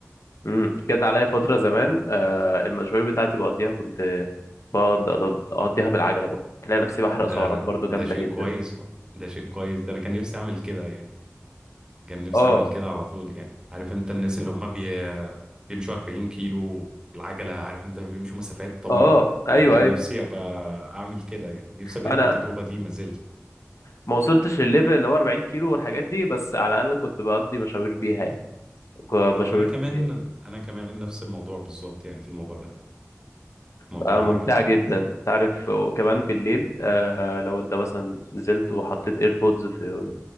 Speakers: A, on the left; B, on the right.
A: امم جت عليا فترة زمان آه المشاوير بتاعتي بقضيها كنت بقعد أض- أقضيها بالعجلة برضه تلاقي نفسي بحرق
B: ده
A: سعرات برضه
B: ده
A: جامدة
B: شيء
A: جدا
B: كويس ده شيء كويس ده أنا كان نفسي أعمل كده يعني كان نفسي
A: اه
B: أعمل كده على طول يعني عارف أنت الناس اللي و- هم بي... بيمشوا 40 كيلو بالعجلة عارف أنت بيمشوا مسافات طويلة
A: اه ايوه
B: أنا كان
A: ايوه
B: نفسي أبقى أعمل كده يعني نفسي أجرب
A: انا
B: التجربة دي ما زلت
A: ما وصلتش للليفل اللي هو 40 كيلو والحاجات دي بس على الاقل كنت بقضي مشاوير بيها يعني ك-
B: اه
A: مشاوير
B: أنا كمان
A: كتير
B: أنا كمان نفس الموضوع بالظبط يعني في الموضوع ده موضوع
A: فممتعة
B: العجلة يعني
A: جدا انت عارف وكمان بالليل آه لو انت مثلا نزلت وحطيت ايربودز في